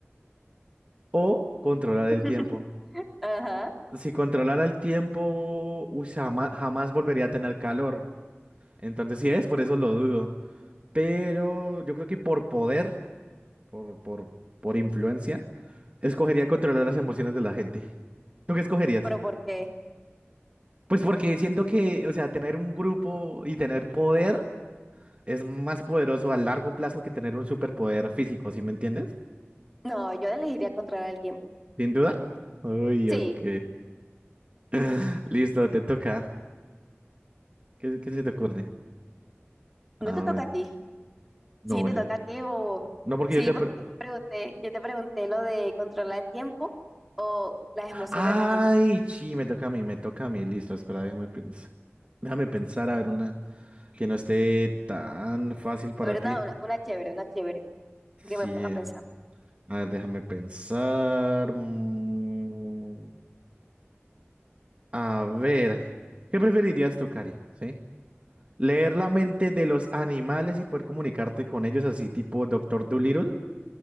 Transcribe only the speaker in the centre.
<laughs>
Ajá,
pero ¿por qué?
No, yo elegiría controlar el tiempo.
Sí,
no
te toca
a ti.
Sí, te
toca a ti, bobo.
Sí,
porque
yo te pregunté, yo te pregunté lo de controlar el tiempo o las emociones
de la gente.
A ver, una,
una, una chévere, una chévere,
que me ponga a pensar.